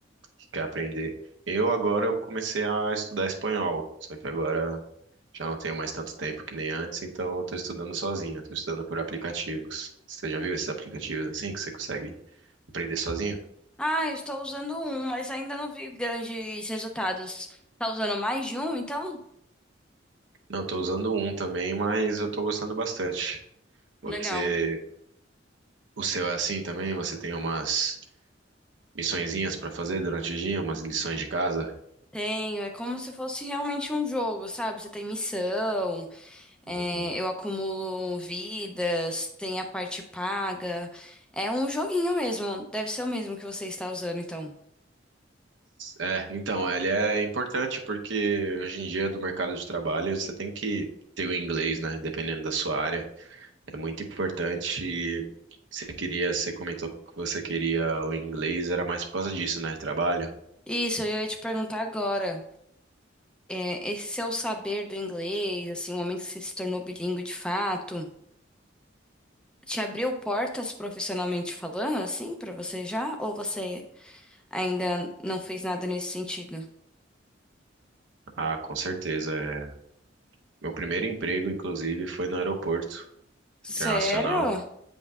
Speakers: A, on the right (about 75°); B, in the centre.
A: que quer aprender. Eu agora eu comecei a estudar espanhol, só que agora já não tenho mais tanto tempo que nem antes, então eu tô estudando sozinho, eu tô estudando por aplicativos. Você já viu esses aplicativos assim que você consegue aprender sozinho?
B: Ah, eu estou usando um, mas ainda não vi grandes resultados. Tá usando mais de um, então?
A: Não, tô usando um também, mas eu tô gostando bastante. Você,
B: Legal.
A: o seu é assim também? Você tem umas missõezinhas para fazer durante o dia, umas lições de casa.
B: Tenho, é como se fosse realmente um jogo, sabe? Você tem missão, é,
A: Uhum.
B: eu acumulo vidas, tem a parte paga. É um joguinho mesmo, deve ser o mesmo que você está usando, então.
A: É, então, ele é importante porque hoje em dia no mercado de trabalho você tem que ter o inglês, né? Dependendo da sua área, é muito importante. E você queria, você comentou que você queria o inglês, era mais por causa disso, né? Trabalho?
B: Isso, eu ia te perguntar agora. é, esse seu saber do inglês, assim, o momento que você se tornou bilíngue de fato, te abriu portas profissionalmente falando, assim, pra você já? Ou você Ainda não fez nada nesse sentido.
A: Ah, com certeza. é. Meu primeiro emprego, inclusive, foi no aeroporto
B: Sério?
A: internacional.